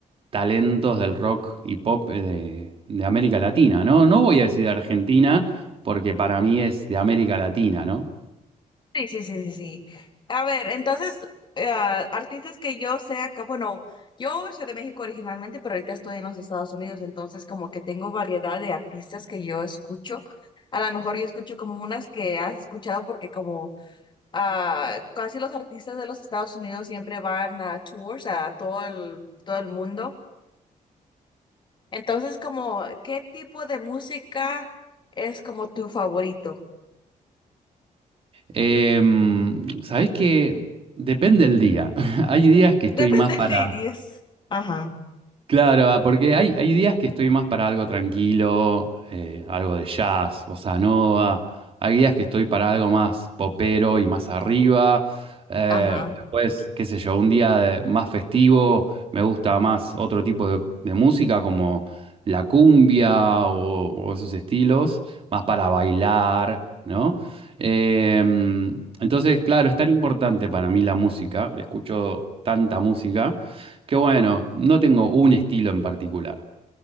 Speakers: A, on the right; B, on the left.
A: talentos del rock y pop eh, de, de América Latina, ¿no? No voy a decir de Argentina porque para mí es de América Latina, ¿no?
B: Sí, sí, sí, sí, sí. A ver, entonces, eh, artistas que yo sé acá, bueno, yo soy de México originalmente, pero ahorita estoy en los Estados Unidos, entonces como que tengo variedad de artistas que yo escucho. A lo mejor yo escucho como unas que has escuchado porque como ah, casi los artistas de los Estados Unidos siempre van a tours a todo el, todo el mundo. Entonces, como, ¿qué tipo de música es como tu favorito?
A: Em, sabés que depende del día. <laughs> Hay días
B: <laughs>
A: que estoy
B: Depende
A: más para,
B: del idioma. Ajá,
A: Claro, ah, porque hay, hay días que estoy más para algo tranquilo, eh, algo de jazz, bossa nova. Hay días que estoy para algo más popero y más arriba. eh,
B: ajá.
A: después, qué sé yo, un día de- más festivo, me gusta más otro tipo de, de música como la cumbia o, o esos estilos, más para bailar, ¿no? Em, entonces, claro, es tan importante para mí la música, escucho tanta música Qué bueno, no tengo un estilo en particular.